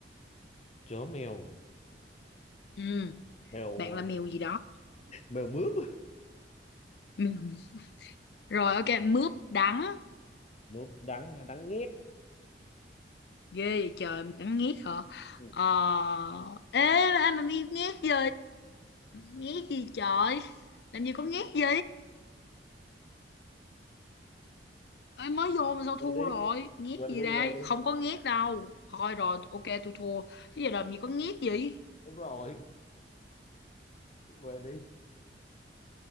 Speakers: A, on the left (about 40°); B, on the left (about 65°).
A: chó mèo
B: Ừm,
A: mèo
B: bạn
A: ờ,
B: là mèo gì đó
A: mèo mướp
B: Mèo. rồi ok mướp đắng
A: mướp đắng hay đắng nghét
B: ghê vậy trời mình cắn nghét hả
A: ừ.
B: ờ ê ai mà biết nghét gì nghét gì trời làm gì có nghét gì ê mới vô mà sao thua
A: về đi
B: rồi nghét
A: về
B: gì
A: đi
B: đây
A: về đi
B: không có nghét đâu thôi rồi ok tôi thua chứ giờ làm gì có nghét gì
A: đúng rồi về đi